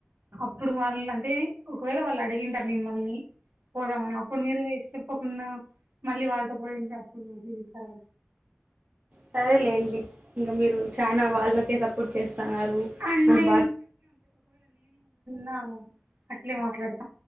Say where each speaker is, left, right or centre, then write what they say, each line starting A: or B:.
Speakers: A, on the right (about 65°); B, on the right (about 40°).
A: అప్పుడు వాళ్ళు అంటే ఒకవేళ వాళ్ళు అడిగింటారు మిమ్మల్ని పోదామని అప్పుడు మీరు చెప్ప ఉన్న మళ్ళీ వాళ్ళతో పోయింటిే అప్పుడుస్తారు <unintelligible>
B: సరే లేండి ఇంగ మీరు చాన వాళ్ళకే సపోర్ట్ చేస్తన్నారు
A: అంటే
B: మీరు
A: నా అట్లే మాట్లాడుతు